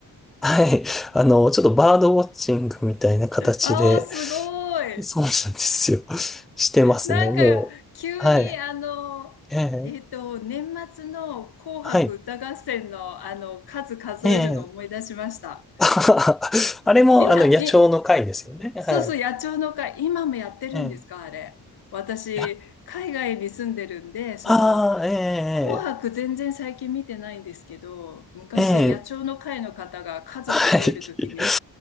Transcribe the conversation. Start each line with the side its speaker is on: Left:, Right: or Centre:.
Centre: はい、あの、ちょっとバードウォッチングみたいな形で、
Left: ああ、すごい。
Centre: そうなんですよ。<laughs> してますね、
Left: なんか、
Centre: もう。
Left: 急に、
Centre: はい。
Left: あの、
Centre: ええ、
Left: えっと、年末の紅白歌合戦の、
Centre: はい。
Left: あの、数数えるのを思い出しました。
Centre: ええ。<laughs> あれも、
Left: 今、
Centre: あの、野鳥の会ですよね。
Left: いそうそう、
Centre: はい。
Left: 野鳥の会、今もやってるんですか、
Centre: ええ。
Left: あれ。私、
Centre: や、
Left: 海外に住んでるんで、その、
Centre: ああ、え
Left: 紅白全然最近見てないんですけど、昔、
Centre: え、ええ、
Left: 野鳥の会の方が数数えるときに
Centre: ええはい。<laughs>